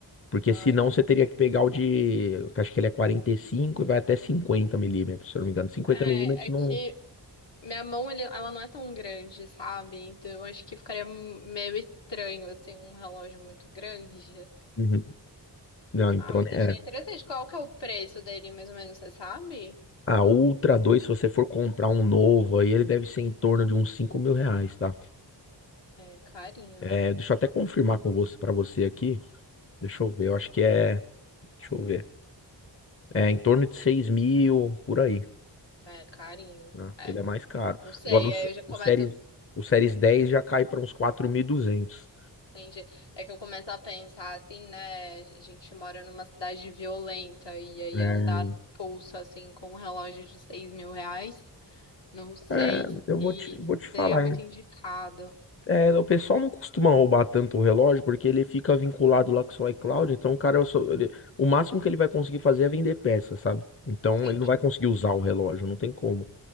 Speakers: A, on the left; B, on the left.
A: Porque
B: Ai.
A: senão você teria que pegar o de, que eu acho que ele é 45 e cinco e vai até 50 milímetros, se eu não me engano. 50
B: É,
A: milímetros
B: é
A: não.
B: que minha mão, ele- ela não é tão grande, sabe? Então, eu acho que ficaria meio estranho, assim, um relógio muito grande.
A: Uhum. Não, então,
B: Ah, mas
A: né,
B: achei
A: é.
B: interessante. Qual que é o preço dele, mais ou menos, você sabe?
A: A Ultra 2, se você for comprar um novo, aí ele deve ser em torno de uns cinco mil reais, tá?
B: É carinho,
A: É,
B: né?
A: deixa eu até confirmar com você, para você aqui. Deixa eu ver, eu acho que é. Deixa eu ver. É em torno de seis mil, por aí.
B: É carinho.
A: né?
B: É,
A: Ele é mais caro.
B: não sei,
A: Agora, o, S-
B: aí eu já começo,
A: o Series, o Series 10 já cai para uns 4.200.
B: entende? É que eu começo a pensar assim, né? A gente mora numa cidade violenta e aí
A: É,
B: andar no pulso, assim, com um relógio de seis mil reais, não sei
A: é, eu
B: se
A: vou te, vou te falar.
B: seria muito
A: hein?
B: indicado.
A: É, o pessoal não costuma roubar tanto o relógio porque ele fica vinculado lá com o seu iCloud. Então, o cara, só- ele- o máximo que ele vai conseguir fazer é vender peça, sabe? Então,
B: Entendi.
A: ele não vai conseguir usar o relógio, não tem como.